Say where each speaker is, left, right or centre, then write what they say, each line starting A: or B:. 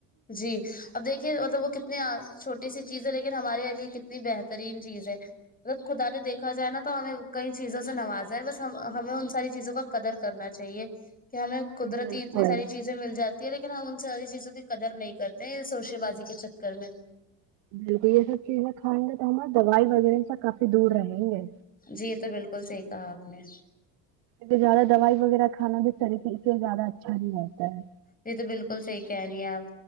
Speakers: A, on the left (about 20°); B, on the right (about 60°).
A: جی اب دیکھیے مطلب وہ کت نہیںاں چھوٹی سی چیزیں لیکن ہمارے یہ لیے کتنی بہترین چیز ہے مطلب خدا نے دیکھا جائے نا تو ہمیں کئی چیزوں سے نوازاائے بس ہمیں ان ساری چیزوں کا قدر کرنا چاہیے کہ ہمیں قدرتی
B: بالکل
A: اتنی ساری چیزیں مل جاتی ہے لیکن ہم ان سے ساری چیزوں کی قدر نہیں کرتے ہیں سوشے بازی کے چکر میں
B: بالکل یہ سب چیزیں کھائیں گے تو ہمار دوائی وغیرہ س کافی دور رہیں گے
A: جی یہ تو بالکل صحیح کہا آپ نے
B: کیہ زیادہ دوائی وغیرہ کھانا بھی طریف سے اس لیے زیادہ اچھا نہیں رہگتا ہے
A: یہ تو بالکل صحیح کہہ رہی ہیں آپ